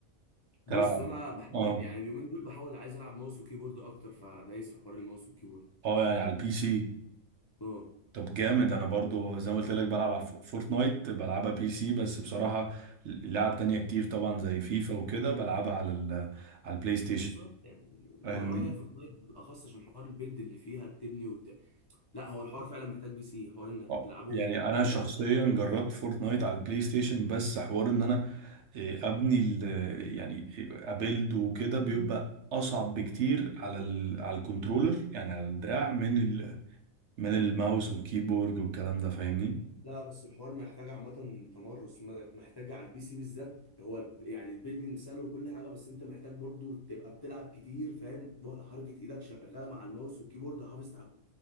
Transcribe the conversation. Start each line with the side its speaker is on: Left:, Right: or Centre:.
Right: تلعب
Left: بص
Right: على
Left: انا بحاول
Right: اه
Left: يعني اليومين دول بحاول عايز العب ماوس وكيبورد اكتر فدايس في حوار الماوس والكيبورد
Right: اه يعني على البي سي
Left: اه
Right: طب جامد انا برضو زي ما قلت لك بلعب على الف- فورتنايت بلعبها بي سي بس بصراحة لعب تانية كتير طبعا زي فيفا وكده بلعبها على ال على البلاي ستيشن
Left: بالظبط يعني ما
Right: فاهمني
Left: اه هي فورتنايت بالاخص عشان حوار البيلد اللي فيها تبني وت... لا هو الحوار فعلا محتاج بي سي حوار انك
Right: اه
Left: تلعبه
Right: يعني
Left: بدراع
Right: انا شخصيا
Left: بتاع ال
Right: جربت
Left: PC.
Right: فورتنايت على البلاي ستيشن بس حوار ان انا آه، ابني ال- يعني ابيلد وكده بيبقى اصعب بكتير على ال على الكنترولر يعني على الدراع من ال من الماوس والكيبورد والكلام ده فاهمني
Left: لا بس الحوار محتاج عامة تمرس م- محتاج على البي سي بالذات هو الب- يعني البيلدينج سهل وكل حاجة بس انت محتاج برضو تبقى بتلعب كتير فاهم ولا حركة ايدك شغالة مع الماوس والكيبورد حافظ تحكم